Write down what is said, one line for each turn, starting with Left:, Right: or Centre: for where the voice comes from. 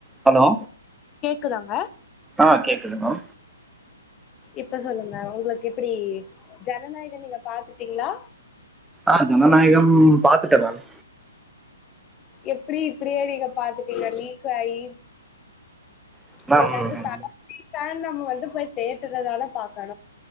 Centre: hello
Left: குதாங்க
Centre: ஆ கேக்குதுங்கோ
Left: இப்ப சொல்லுங்க உங்களுக்கு எப்டி ஜனநாயகன் நீங்க பாத்துட்டீங்ளா
Centre: ஆ ஜனநாயகம் பாத்துட்ட மேம்
Left: எப்டி இப்டியே நீங்க பாத்துட்டீங்க லீக் ஆயி
Centre: மேம்
Left: <unintelligible>
Centre: மேம்
Left: தன் நம்ம வந்து போய் தேட்டற்லதான பாக்